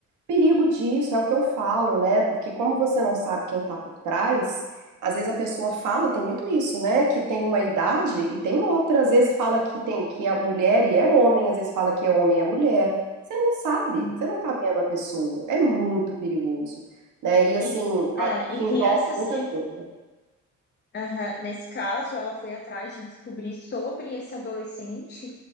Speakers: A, on the right; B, on the left.
A: perigo disso, é o que eu falo, né? Porque como você não sabe quem tá por trás, às vezes a pessoa fala, tem muito isso, né? Que tem uma idade e tem outra, às vezes fala que tem que é mulher e é homem, às vezes fala que é homem e é mulher. Você não sabe,
B: uhum.
A: você não tá vendo a pessoa. É muito perigoso, né? E assim,
B: E, é,
A: a-
B: e
A: envolve
B: crianças
A: muita
B: que
A: coisa.
B: Aham, Nesse caso, ela foi atrás de descobrir sobre esse adolescente